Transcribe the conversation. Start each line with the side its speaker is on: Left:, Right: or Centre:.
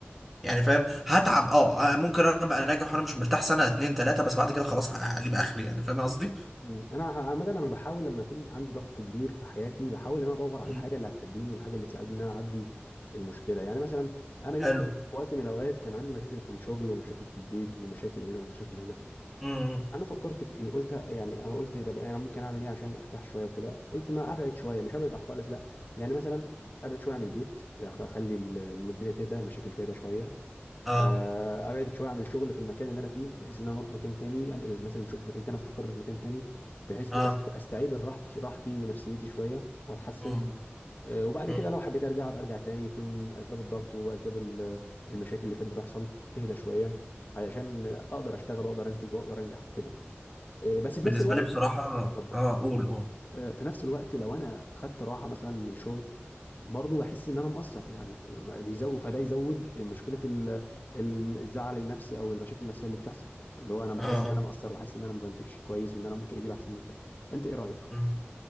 Centre: يعني فاهم هتعب اه ه- ممكن انا ابقى ناجح وانا مش مرتاح سنه اتنين تلاته بس بعد كده خلاص ه- هجيب اخري يعني فاهم قصدي
Left: مم، انا عامه انا بحاول لما يكون عندي ضغط كبير في حياتي بحاول ان انا ادور على
Centre: مم.
Left: الحاجه اللي هتهديني والحاجه اللي تساعدني ان انا اعدي المشكله يعني مثلا انا جيت
Centre: حلو
Left: في في وقت من الاوقات كان عندي مشاكل في الشغل ومشاكل في البيت ومشاكل هنا ومشاكل هنا
Centre: امم
Left: انا فكرت في ايه قلت يعني انا قلت طب انا ممكن اعمل ايه عشان ارتاح شويه وكده قلت ما ابعد شويه مش ابعد خالص لا يعني مثلا ابعد شويه عن البيت أخ- اخلي الدنيا تهدى المشاكل تهدى شويه
Centre: اه
Left: آه، ابعد شويه عن الشغل في المكان اللي انا فيه بحيث ان انا اروح مكان تاني انقل مثلا شغل في مكان تاني استقر في مكان تاني بحيث
Centre: اه
Left: ان انا است- استعيد راحتي راحتي ونفسيتي شويه واتحسن
Centre: مم.
Left: آه، وبعد
Centre: مم.
Left: كده لو حبيت ارجع أبقى ارجع تاني يكون اسباب الضغط واسباب ال- المشاكل اللي كانت بتحصل تهدى شويه علشان اقدر اشتغل واقدر انتج واقدر انجح وكده آه، بس في
Centre: بالنسبه
Left: نفس الوقت
Centre: لي بصراحه
Left: اتفضل
Centre: اه قول قول
Left: آه، في نفس الوقت لو انا خدت راحه مثلا من الشغل برضه بحس ان انا مقصر يعني بيزود فده يزود مشكله ال- ال- الزعل النفسي او المشاكل النفسيه اللي بتحصل اللي هو انا بحس
Centre: اه آه.
Left: ان انا مقصر وحاسس ان انا ما بنتجش كويس وان انا ممكن اجيب احسن من كده انت ايه رايك
Centre: مم.